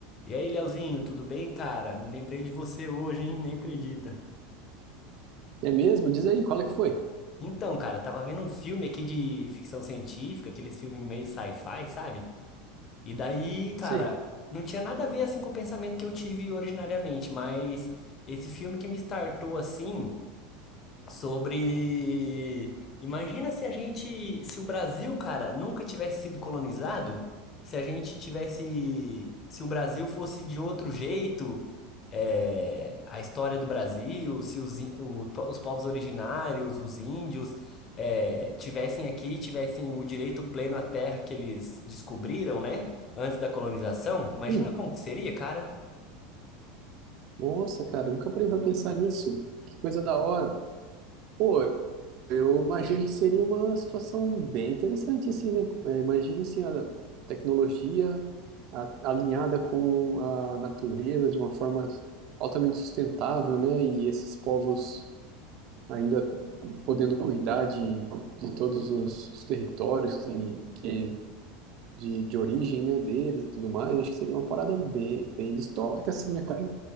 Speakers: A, on the left; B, on the right.
A: E aí, Leozinho, tudo bem, cara? Me lembrei de você hoje, hein? Nem acredita.
B: É mesmo? Diz aí, qual é que foi?
A: Então, cara, eu tava vendo um filme aqui de ficção científica, aqueles filmes meio sci-fi, sabe? E daí, cara,
B: Sei.
A: não tinha nada a ver assim com o pensamento que eu tive originariamente, mas esse filme que me startou assim. sobre. Imagina se a gente, se o Brasil, cara, nunca tivesse sido colonizado, se a gente tivesse, se o Brasil fosse de outro jeito, é, a história do Brasil, se os, in- o- os povos originários, os índios, é, tivessem aqui, tivessem o direito pleno à terra que eles descobriram, né, antes da colonização, imagina
B: Ih,
A: como que seria, cara.
B: nossa, cara, nunca parei pra pensar nisso. Que coisa da hora. Pô, eu imagino que seria uma situação bem interessante, assim, né? É, imagino, assim, a tecnologia a- alinhada com a natureza de uma forma altamente sustentável, né? E esses povos ainda podendo cuidar de, de todos os, os territórios que, que de, de origem, né, deles e tudo mais, acho que seria uma parada bem, bem distópica, assim, né, cara?